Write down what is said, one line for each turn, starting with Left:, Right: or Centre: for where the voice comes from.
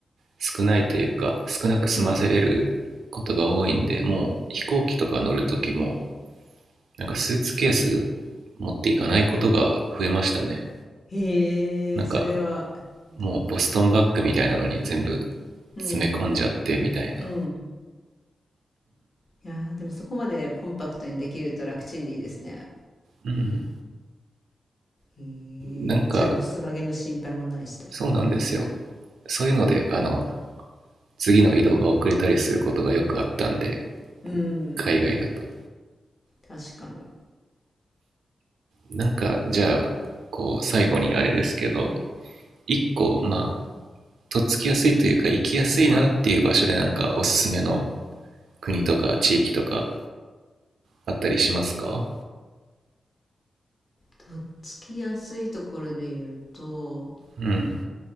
Right: 少ないというか少なく済ませれることが多いんでもう飛行機とか乗る時も
Left: うん
Right: なんかスーツケース持っていかないことが増えましたね
Left: へえそれは
Right: なんかもうボストンバッグみたいなのに全部
Left: うんうん
Right: 詰め込んじゃってみたいな
Left: うんいやーでもそこまでコンパクトにできると楽ちんでいいですね。
Right: うん、うん、
Left: へ
Right: なんか
Left: え、じゃあロスバゲの心配もないしと。
Right: そうなんですよそういうのであの次の移動が遅れたりすることがよくあったんで
Left: うん、
Right: 海外だと
Left: 確かに。
Right: なんかじゃあこう最後にあれですけど
Left: うん、
Right: 1個まあとっつきやすいというか行きやすいなっていう場所でなんかおすすめの
Left: はい。
Right: 国とか地域とかあったりしますか
Left: とっつきやすいところで言うと、
Right: うん